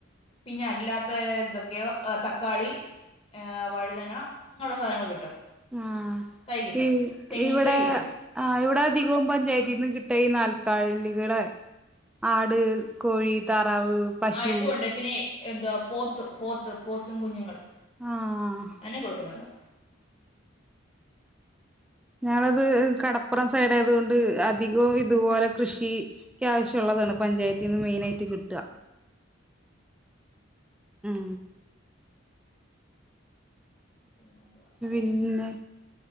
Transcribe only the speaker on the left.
പിന്നെ അല്ലാത്ത എന്തൊക്കെയോ എ തക്കാളി ഏഹ് വഴുതന അങ്ങനെയൊള്ള സാനങ്ങൾ കിട്ടും.
തൈ കിട്ടും
തെങ്ങിൻ
തൈ കിട്ടും
ആഹ്
ആഹ് ഇതുണ്ട് പിന്നെ എന്താ പോത്ത് പോത്ത് പോത്തും കുഞ്ഞുങ്ങൾ
അന്നെ കൊടുക്കുന്നുണ്ടോ?
പിന്നെ എന്തുവാണ് പറയാ.